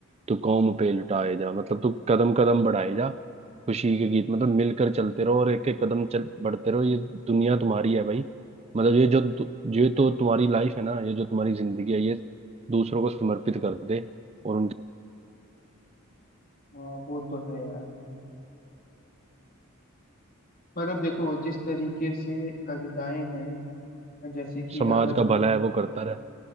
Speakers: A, on the right; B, on the left.
A: तो कौम पे लुटाए जा मतलब तू कदम कदम बढ़ाए जा खुशी के गीत मतलब मिलकर चलते रहो और एक एक कदम चल बढ़ते रहो ये दुनिया तुम्हारी है भाई मतलब ये जो जो ये तो तुम्हारी लाइफ है ना ये जो तुम्हारी जिंदगी है ये दूसरों को समर्पित कर दे और उनके
B: हाँ वो तो है यार मतलब देखो जिस तरीके से कविताएं हैं जैसे कि
A: समाज
B: अगर
A: का
B: मैं
A: भला है वो करता रहे